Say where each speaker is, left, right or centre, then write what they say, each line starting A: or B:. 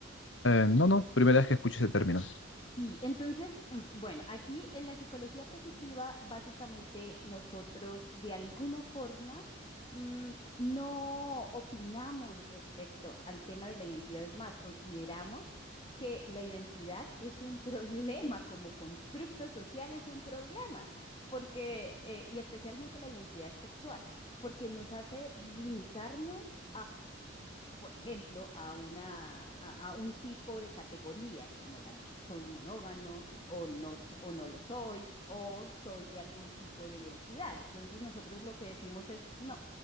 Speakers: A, on the left (about 70°); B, on the left (about 25°).
A: Eh, no, no, primera vez que escucho ese término.
B: Sí, entonces, mm, bueno, aquí en la psicología positiva, básicamente nosotros de alguna forma mm, no opinamos respecto al tema de la identidad. Es más, consideramos que la identidad es un <laughs> problema como constructo social, es un problema, porque, eh, y especialmente la identidad sexual, porque nos hace limitarnos por ejemplo, a una, a, a un tipo de categoría como la mon- soy monógamo o no, s- o no lo soy o soy de algún tipo de identidad. Entonces nosotros lo que decimos es no,